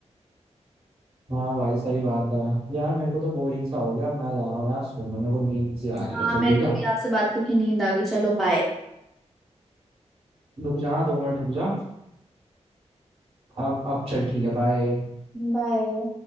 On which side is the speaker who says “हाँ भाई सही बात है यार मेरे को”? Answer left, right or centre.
Right